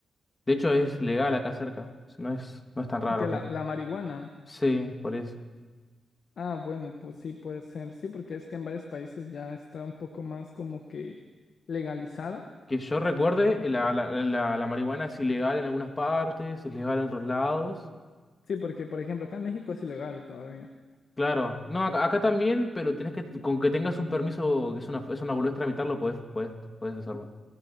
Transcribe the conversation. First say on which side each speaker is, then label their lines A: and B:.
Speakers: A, on the left; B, on the left.
A: De hecho es legal acá cerca. O sea, No es, no es tan raro
B: Que
A: acá.
B: la, la marihuana.
A: Sí, por eso.
B: Ah, bueno, pues sí puede ser. Sí, porque es que en varios países ya está un poco más como que legalizada.
A: Que yo recuerde, la, la, la, la marihuana es ilegal en algunas partes, es legal en otros lados.
B: Sí, porque por ejemplo acá en México es ilegal todavía.
A: Claro, no, acá, acá también, pero tenés que, con que tengas un permiso, que es una, es una boludez tramitarlo, podés, podés, podés hacerlo.